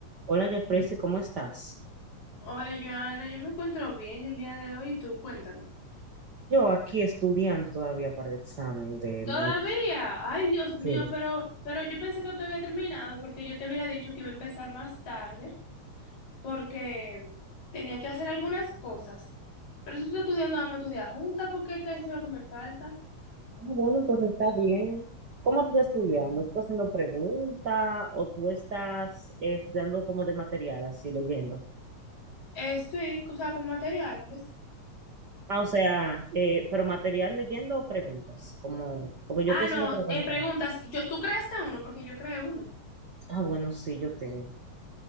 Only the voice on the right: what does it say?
Hola, ya ¿cómo estás?
Yo aquí estudiando todavía para el examen de
mañana.
Sí.
Sí.
Ah, bueno, pues está bien. ¿Cómo tú estás estudiando? ¿Tú estás haciendo preguntas o tú estás eh, estudiando como de material, así leyendo?
Ah, o sea, eh, pero material leyendo o preguntas, como, porque yo
estoy haciendo
preguntas.
Ah, bueno, sí, yo tengo.